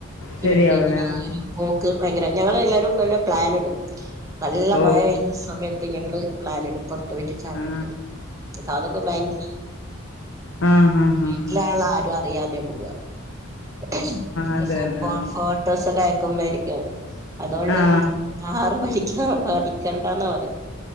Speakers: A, on the left; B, on the right.
A: ശരിയാവൂല
B: ഇവർക്ക് ഇങ്ങനെ
A: ആ.
B: ഈ ഒരു പോക്ക് ഭയങ്കര ഞങ്ങളെല്ലരും ഇങ്ങനെ പ്ലാൻ ഇടും നല്ല
A: ഓ
B: മഴ പെയ്യണ സമയത്ത് ഞങ്ങള് പ്ലാനിടും പുറത്തു പോയിട്ട് ചായാകുടിക്കാൻ
A: ആ
B: ഇപ്പൊ അതൊക്കെ ഭയങ്കര
A: ആഹ ആഹ
B: വീട്ടിലുള്ള
A: ആഹ ആഹ
B: അറിയാതെ പോവ <inaudible> <unintelligible>
A: അതെ അതെ
B: അതുകൊണ്ട്
A: ആ
B: കാറ് പഠിക്ക രണ്ടാന്നാ പറയാ